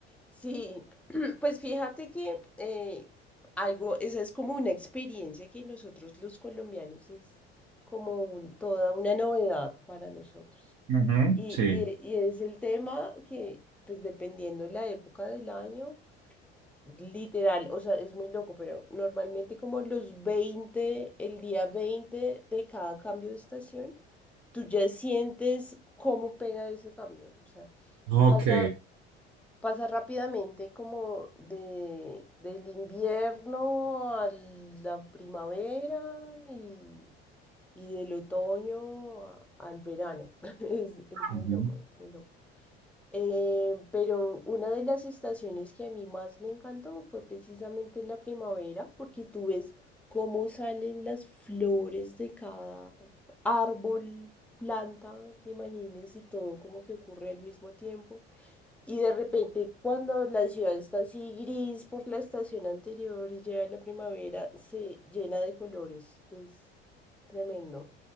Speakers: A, in the centre; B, on the right (about 45°).
A: Sí, <clears throat> pues fíjate que eh, algo, esa es como una experiencia que nosotros los colombianos es como un- toda una novedad para nosotros.
B: Ujú,
A: Y,
B: sí.
A: y- y es el tema que, pues dependiendo la época del año, literal, o sea, es muy loco, pero normalmente como los 20 el día 20 de cada cambio de estación, tú ya sientes cómo pega ese cambio. O sea,
B: Ok.
A: pasa pasa rápidamente como de, del invierno a la primavera y, y del otoño a- al verano. <laughs> Es, es muy
B: ujú.
A: loco, es muy loco. Eh, pero una de las estaciones que a mí más me encantó fue precisamente la primavera, porque tú ves cómo salen las flores de cada árbol, planta que imagines y todo como que ocurre al mismo tiempo. Y de repente, cuando la ciudad está así gris por la estación anterior y llega la primavera, se llena de colores. Es tremendo.